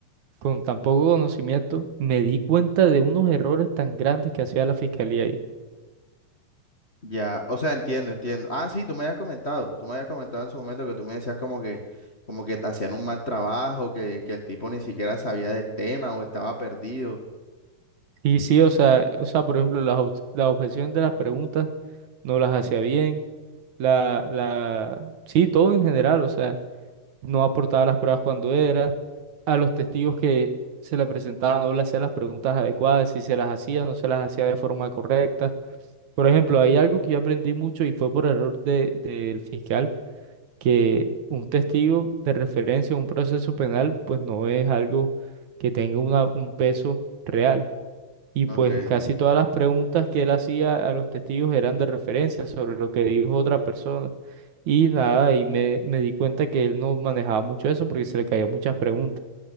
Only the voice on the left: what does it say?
Ya, o sea, entiendo, entiendo. Ah, sí, tú me habías comentado. Tú me habías comentado en su momento que tú me decías como que, como que te hacían un mal trabajo, que, que el tipo ni siquiera sabía del tema o estaba perdido.
Ok,